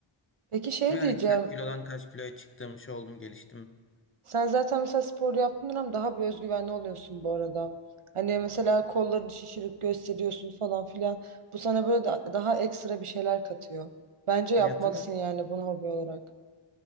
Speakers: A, on the right; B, on the left.
A: Peki şey
B: Ve hani
A: diyeceğim.
B: kaç kilodan kaç kiloya çıktım şey oldum geliştim.
A: Sen zaten mesela spor yaptığın ama daha bir özgüvenli oluyorsun bu arada. Hani mesela kollarını şişirip gösteriyorsun falan filan. Bu sana böyle da- daha ekstra bir şeyler katıyor. Bence yapmalısın
B: Ya tabii abi
A: yani bunu hobi olarak.